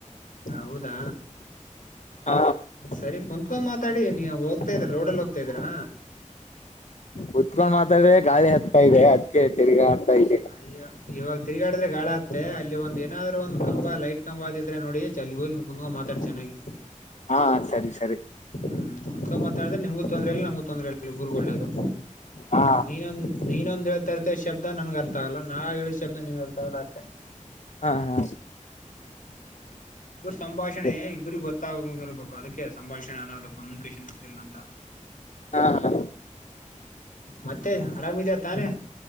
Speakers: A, on the left; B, on the left.
A: ಹೌದಾ
B: ಹ
A: ಸರಿ ಕುಂತ್ಕೊಂಡ ಮಾತಾಡಿ ನೀವ್ ಒ ಹೋಗ್ತಾ ಇದ್ರಾ ರೋಡ್ ಅಲ್ಲಿ ಹೋಗ್ತಾ ಇದ್ರಾ.
B: ಕುತ್ಕೊಂಡ್ ಮಾತಾಡಿದ್ರೆ ಗಾಳಿ ಹತ್ತತಾ ಇದೆ ಅದಕ ತಿರ್ಗ ಆಡತ್ತ ಇದೆ
A: ಅಯ್ಯು ಇವಾಗ ತಿರುಗಾಡಿದ್ರೆ ಗಾಳಿ ಆಡತ್ತೆ ಅಲ್ಲಿ ಒಂದು ಏನಾದ್ರು ಒಂದು ಕಂಬ ಲೈಟ್ ದ್ರ ನೋಡಿ ಚ ಅಲ್ಲಿ ಹೋಗಿ ಕುಂದ ಮಾತಾಡಿ ಚೆನ್ನಾಗಿ.
B: ಹಾ ಸರಿ ಸರಿ
A: ಹ್ಮ್ ಕುತ್ಕ ಮಾತಾಡಿದ್ರೆ ನಿಮ್ಗೂ ತೊಂದ್ರೆ ನಮ್ಗೂ ತೊಂದ್ರೆ ಇಲ್ಲ ಇಬ್ಬರುಗೂ ಓಳ್ಳೇದು
B: ಹಾ
A: ನೀನೊಂದು ನೀನಂದ್ ಹೇಳಳ್ತ ತರತಿ ಶಬ್ದ ನನ್ಗೆ ಅರ್ಥ ಆಗಲ್ಲ ನಾ ಹೇಳಿದ ಶಬ್ದ ನಿನ್ಗ್ ಅರ್ಥ ಆಗಲ್ಲ ಅಷ್ಟೇ.
B: ಹಾ ಹಾ
A: ಹ್ಮ್ ಇಬ್ಬರು ಸಂಭಾಷಣೆ
B: ಹಾ
A: ಇಬ್ಬ್ರಿಗೆ ಗೊತ್ತಾಗ ಇರ್ಬೇಕು ಅದಕ್ಕೆ ಸಂಭಾಷಣೆ ಅನ್ನೋದು. ಕಮ್ಯುನಿಕೇಶನ್ ಸ್ಕಿಲ್ ಅಂತ
B: ಹಾ ಹಾ
A: ಮತ್ತೆ ಆರಾಮ್ ಇದೆಯ ತಾನೇ.